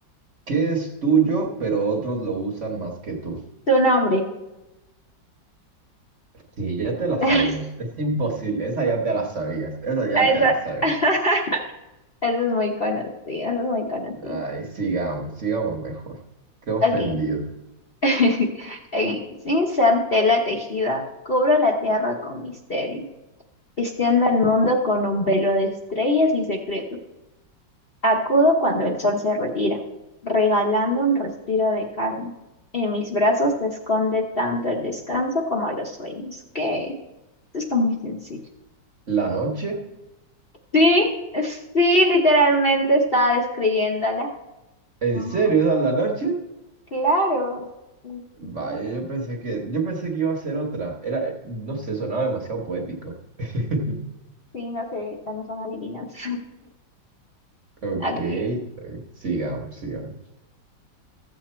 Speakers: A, on the right; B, on the left.
A: ¿qué es tuyo, pero otros lo usan más que tú?
B: Tu nombre.
A: Sí, ya te la
B: <laughs>
A: sabías. Es imposible, esa ya te la sabías, esa ya
B: Eso,
A: te la sabías.
B: <laughs> eso es muy conocido, eso es muy conocido.
A: Ay, sigamos, sigamos mejor. Qué ofendido.
B: Ok. <laughs> Ok. Sin ser tela tejida, cubro la tierra con misterio, vistiendo el mundo con un velo de estrellas y secretos. Acudo cuando el sol se retira, regalando un respiro de calma. En mis brazos se esconde tanto el descanso como los sueños. ¿Qué? Esto está muy sencillo.
A: ¿La noche?
B: Sí, sí, literalmente estaba describiéndola.
A: ¿En
B: No,
A: serio esa es la noche?
B: claro. Sí, sí,
A: Vaya,
B: todo.
A: yo pensé que, yo pensé que iba a ser otra. Era, eh, no sé, sonaba demasiado poético. <laughs>
B: Sí, no sé, estas no son adivinanzas.
A: Ok,
B: <laughs> Alguien-
A: eh, sigamos, sigamos.